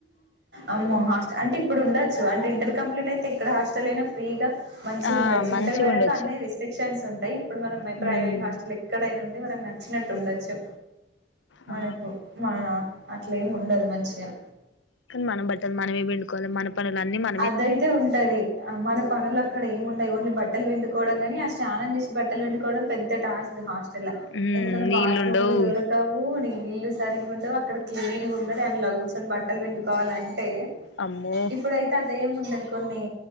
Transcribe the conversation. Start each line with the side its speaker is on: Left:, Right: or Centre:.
Right: అమ్మో హాస్టల్ అంటే ఇప్పుడు ఉండొచ్చు అంటే ఇంటర్ కంప్లీట్ అయితే ఇక్కడ హాస్టలైన ఫ్రీగా మంచిగున్డచ్చు
Left: ఆ మంచిగుండొచ్చు.
Right: ఇంటర్ వరకు అన్ని రెస్ట్రిక్షన్స్ ఉంటాయి ఇప్పుడు మన
Left: హ్మ్.
Right: ప్రైవేట్ హాస్టలైక్ ఇక్కడైనుండి మనకు నచ్చినట్టు ఉండొచ్చు మనకు
Left: ఆ!
Right: మా అట్లెముండదు మంచిగా
Left: మన బట్టలు మనమే పిమ్డుకోవాలి మనమ్ కొనీలన్ని మా
Right: అదయితే ఉంటది మన పనులక్కడి ఏముండై ఓన్లీ బట్టలు విండుకోవడం ని ఆ స్నానం చేసి బట్టలు విండుకోవడం పెద్ద టాస్క్ హాస్ చులే
Left: హ్మ్.
Right: ఎందుకంటే
Left: నీళ్ళుండవు.
Right: బాత్రూమ్లో దుర క్కవు నీ నీళ్లు సరిగ ఉండవు అక్కడ క్లీన్ండ దాని ల కూర్చొని బట్టలు పిండుకోవాలింటే
Left: అమ్మో!
Right: ఇప్పుడైతే అదేముండదు కొన్ని